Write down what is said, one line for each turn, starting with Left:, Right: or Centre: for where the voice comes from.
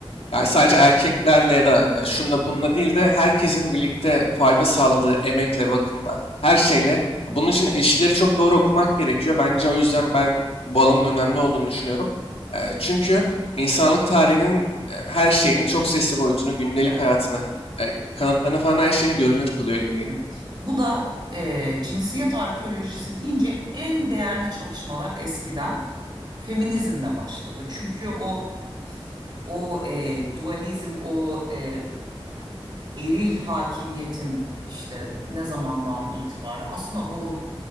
Left: yani sadece erkeklerle ya da ya şunla bununla değil de herkesin birlikte fayda sağladığı emekle, bakımla, her şeyle. Bunun için ilişkileri çok doğru okumak gerekiyor. Bence o yüzden ben bu alanın önemli olduğunu düşünüyorum. Eee, Çünkü insanlık tarihinin e, her şeyini, çok sesli boyutunu, gündelik
Right: Evet.
Left: hayatını, e, kanıtlarını falan her şeyini görünür kılıyor gibi geliyor.
Right: Evet. Bu da e, cinsiyet arkeolojisi deyince en değerli çalışmalar eskiden feminizmle başladı. Çünkü o o e, dualizm, o e, eril hakimiyetin işte ne zamandan itibaren aslında o